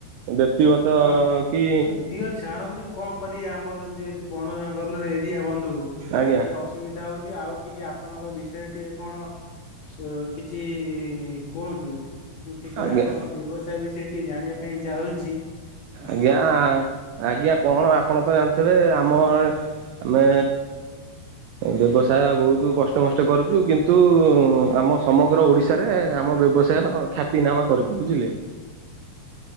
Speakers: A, on the right (about 85°); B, on the left (about 55°).
A: ବ୍ୟକ୍ତିଗତ
B: ହଁ
A: କି
B: ଆଉ ଦିଅ ଛାଣନ୍ତୁ, କଣ କରିଆ ଆମର ଯେହେତୁ ବଣ ଜଙ୍ଗଲରେ ଏରିଆ ବନ୍ଧୁ,
A: ଆଜ୍ଞା
B: ଟିକେ ଅସୁ ସୁବିଧା ହଉଛି, ଆଉ ଟିକେ ଆପଣଙ୍କ ବିଷୟରେ ଟିକେ କଣ ସୋ କିଛି କୁହନ୍ତୁ? ମୁଁ ଟିକେ
A: ଆଜ୍ଞା
B: ଆପଣଙ୍କ ବ୍ୟବସାୟ ବିଷୟରେ ଟିକେ ଜାଣିବା ପାଇଁ ଚାହୁଁଛି ଆପଣ
A: ଆଜ୍ଞା, ଆଜ୍ଞା, କଣ ଆପଣ ତ ଜାଣିଥିବେ ଆମ ଆମେ ବ୍ୟବସାୟ ବହୁତୁ କଷ୍ଟମଷ୍ଟେ କରୁଛୁ କିନ୍ତୁ ଆମ ସମଗ୍ର ଓଡିଶା ଶାରେ ଆମ ବ୍ୟବସାୟ ଖ୍ୟାତିନାମା କରିଛି। ବୁଝିଲେ?
B: ହ